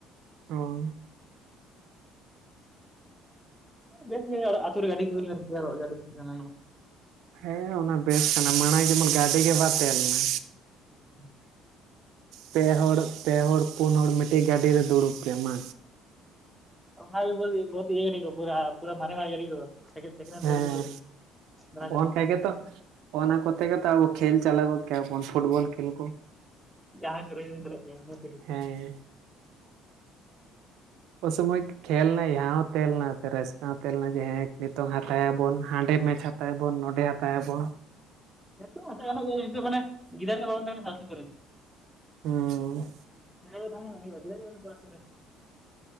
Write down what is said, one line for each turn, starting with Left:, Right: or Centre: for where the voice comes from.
Right: ᱚᱸ᱾
Centre: ᱵᱮᱥ ᱜᱮ ᱟᱨ ᱟᱛᱩ ᱨᱮ ᱜᱟᱹᱰᱤ ᱠᱚ ᱦᱩᱭ ᱞᱮᱱ ᱥᱮᱱᱚᱜ ᱟᱹᱰᱤ ᱦᱟᱱᱟ ᱱᱚ᱾
Right: ᱦᱮᱸ ᱚᱱᱟ ᱵᱮᱥ ᱠᱟᱱᱟ ᱢᱟᱲᱟᱝ ᱡᱮᱢᱚᱱ ᱜᱟᱹᱰᱤ ᱜᱮ ᱵᱟ ᱛᱟᱦᱮᱸᱞᱮᱱᱟ᱾
Centre: ᱩᱸ ᱦᱩᱸᱜ᱾
Right: ᱯᱮ ᱦᱚᱲ ᱯᱮ ᱦᱚᱲ ᱯᱩᱱ ᱦᱚᱲ ᱢᱤᱫᱴᱤᱡ ᱜᱟᱹᱰᱮ ᱨᱮ ᱫᱩᱲᱩᱵ ᱯᱮ ᱢᱟ᱾
Centre: ᱚᱱᱟ ᱜᱮ ᱵᱟᱹᱛ ᱵᱚᱦᱩᱛ ᱤᱭᱟᱹ ᱜᱟᱹᱰᱤ ᱠᱩ ᱯᱩᱨᱟ ᱯᱩᱨᱟ ᱢᱟᱨᱮᱱᱟᱜ ᱜᱟᱹᱰᱤ ᱠᱩ᱾ ᱥᱟᱤᱠᱮᱱ ᱥᱮᱠᱮᱱᱦᱮᱱ
Right: ᱦᱮᱸ
Centre: ᱜᱟᱹᱰᱤ ᱵᱚᱫᱚᱞ, ᱫᱟᱬᱟᱱ ᱪᱟᱞᱟᱜ
Right: ᱚᱱᱠᱟ ᱦᱮᱸ ᱜᱮᱛᱚ, ᱚᱱᱟ ᱠᱚᱛᱮ ᱜᱮᱛᱚ ᱟᱵᱚ ᱠᱷᱮᱞ ᱪᱟᱞᱟᱣ ᱜᱚᱫ ᱠᱮᱜᱼᱟ ᱵᱚᱱ᱾ ᱯᱷᱩᱴᱵᱚᱞ ᱠᱷᱮᱞ ᱠᱚ,
Centre: ᱡᱟᱦᱟᱸᱭ ᱠᱚᱨᱮ ᱜᱮᱵᱚᱱ ᱪᱟᱞᱟᱜ ᱜᱮᱭᱟ ᱚᱱᱟ ᱛᱮᱜᱮ
Right: ᱦᱮᱸ᱾ ᱚ ᱥᱚᱢᱚᱭ ᱠᱷᱮᱞᱱᱟ ᱭᱟᱸᱦᱟ ᱦᱚᱸ ᱛᱮᱦᱮᱞᱮᱱᱟ ᱯᱨᱟᱭᱤᱪ ᱠᱚᱦᱚᱸ ᱛᱮᱦᱮᱞᱮᱱᱟ ᱡᱮᱦᱮᱸᱠ᱾ ᱱᱤᱛᱚᱝ ᱦᱟᱛᱟᱭᱟᱵᱚᱱ ᱦᱟᱸᱰᱮ ᱢᱮᱪ ᱦᱟᱛᱟᱭᱟᱵᱚᱱ ᱱᱚᱸᱰᱮ ᱦᱟᱛᱟᱭᱟᱵᱚᱱ᱾
Centre: ᱱᱮᱛᱚᱜ ᱦᱟᱛᱟᱣ ᱜᱟᱱᱚᱜ ᱜᱮᱭᱟ ᱱᱤᱛᱚᱜ ᱢᱟᱱᱮ ᱜᱤᱨᱟᱱ <unintelligible> ᱵᱷᱟᱜᱜᱚ ᱠᱚ ᱨᱮ᱾
Right: ᱦᱩᱸ᱾
Centre: ᱜᱤᱨᱟᱢ ᱨᱮ ᱛᱟᱦᱮᱸᱞᱮᱱᱟ ᱠᱷᱟᱜᱮ ᱦᱩᱭᱩᱜᱼᱟ ᱪᱮᱫᱟᱜ ᱪᱚ ᱩᱤᱟᱹᱜ ᱵᱟ ᱥᱩ ᱨᱮ᱾